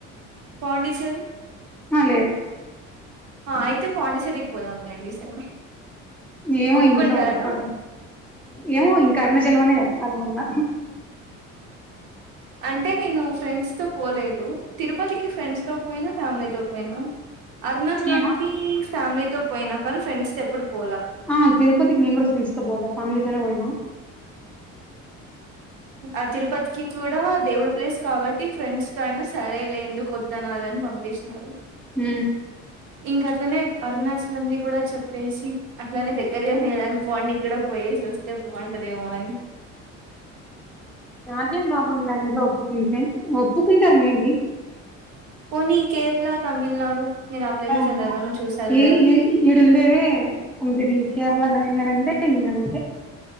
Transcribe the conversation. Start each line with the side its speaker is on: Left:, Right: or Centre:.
Right: పాండిచ్చేరి
Centre: అ లేేదు
Right: ఆ అయితే పాండిచ్చేరి కి పోదాం లేండి ఈసారి
Centre: ఏమో
Right: ఒప్పుకుంటారా
Centre: ఇంట్లో ఒప్పుకోరే ఏమో ఇంక అరుణాచలం అనే చెప్పాలి మల
Right: అంటే నేను ఫ్రెండ్స్ తో పోలేదు తిరుపతికి ఫ్రెండ్స్ తో పోయిన ఫ్యామిలీతో పోయిన అరుణాచలం
Centre: నేనా
Right: కి ఫ్యామిలీ తో పోయినా కానీ ఫ్రెండ్స్తో ఎప్పుడు పోలా
Centre: ఆ తిరుపతికి నిను కూడా ఫ్రెంస్తో పోల ఫ్యామిలీతోనే పోయినా
Right: ఆ తిరుపతికి కూడా దేవుడి ప్లేస్ కాబట్టి ఫ్రెండ్స్ తో అయిన సరేలే ఎందుకు వద్దనాలని పంపిస్ చారు
Centre: ఊ
Right: ఇంక అట్లనే అరుణాచలంది కూడా చెప్పేసి అట్లనే దగ్గరే ఉంది కదా అని పాండి కి కూడా పోయేసి వస్తే బాగుంటదేమో అని
Centre: నాకేం ప్రాబ్లంల ఇంట్లో ఒప్పుకుంటే ఒప్పుకుంటారు మే బి
Right: పోనీ కేరళ తమిళనాడు మీరు ఆ ప్లేసెస్
Centre: బాబా
Right: ఎలాగనో చూశారు
Centre: ఈ
Right: కదా
Centre: ఈడుండేవే కుదిరి కేరళ తమిళనాడు అంటే ఇంగా అంతే